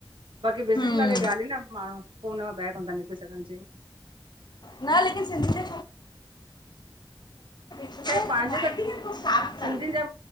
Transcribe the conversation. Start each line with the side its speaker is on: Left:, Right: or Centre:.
Right: बाक़ी बिज़नस
Left: हम्म
Right: में अॻे वियाली न माणू पो हुन मां ॿायर कोन था निकरी सघन ॼे।
Left: न लेकिन सिंधी <unintelligible>
Right: खैर पांजे
Left: माइंड
Right: त
Left: खे थोड़ो शार्प कनि
Right: सिंधिन ॼा